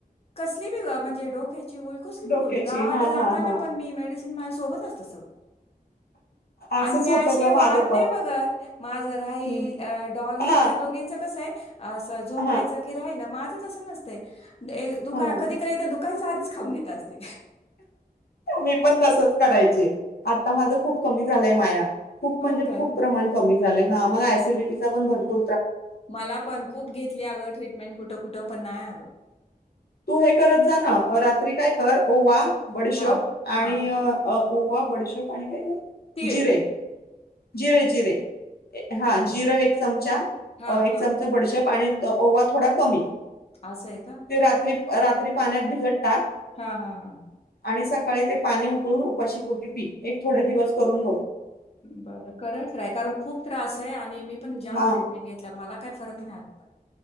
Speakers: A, on the left (about 40°); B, on the left (about 80°).
A: कसली बि ग म्हणजे डोके ग कसली
B: डोक्याची
A: ग गावाला
B: हा
A: जाताना
B: हा हा
A: पण म माझ सोबत असतं सगळं
B: असंच
A: आणि मी
B: होतं
A: अशी
B: ग
A: वाट
B: माझं पण
A: नाही बघत माझ राहील
B: हम्म.
A: डॉली
B: हा
A: त्या दोघींचं कसं आहे असं झोपायचं
B: हा
A: की राहिलं मा तस नसते दुका
B: हा
A: कधी क तर दुकाय चारीच खाऊन देत असते
B: मी पण तसच करायचे आता माझं खूप कमी झालंय माया खूप म्हणजे
A: हो काय?
B: खूप प्रमाण कमी झाा आमला सिडिटीचा पण भरपू
A: मला पण खूप घेतली अगं ट्रीटमेंट कुठं कुठं पण नाही अगं
B: तू हे करत जा ना रात्री काय कर ओवा बडशोप
A: हां,
B: आणि
A: हां.
B: अ ओवा बडीशोप आणि काय ग
A: तीळ,
B: जिरे जिरे जिरे हा जिरो एक चमचा
A: हां,
B: अ एक
A: हां.
B: चमचा बडीशेप आणि त ओवा थोडा कमी
A: असंय का
B: ते रात्री रात्री पाण्यात भिजत टाक
A: हा हा हा.
B: आणि सकाळी ते पाणी उकळून उपाशी पोटी पी एक थोडे दिवस करून बघ
A: बरं कर ट्राय करून खूप त्रास आहे आणि मी मी पण जाम
B: हा
A: ट्रीटमेंट घेतल्या मला काही फरक नाही आज पण